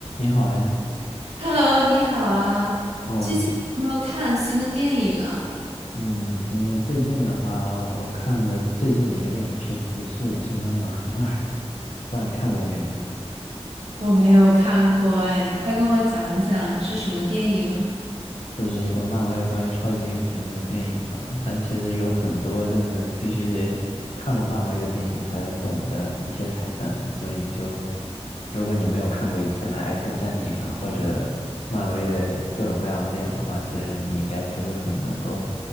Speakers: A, on the left; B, on the right.
A: 你好呀，
B: Hello，你好啊！
A: 那我们今
B: 最近有没有看新的电影啊？
A: 嗯，今天最近的话，我看的最近的一个电影是《死侍与金刚狼二》，不知道你看过没有？
B: 我没有看过哎，你快跟我讲讲是什么电影啊？
A: 就是一个漫威关于超级英雄的电影吧。它其实有很多就是必须得看过漫威的电影才懂的一些彩蛋，所以就如果你没有看过以前的《X 战警》啊，或者漫威的各种各样的电影的话，其实你应该不是很能够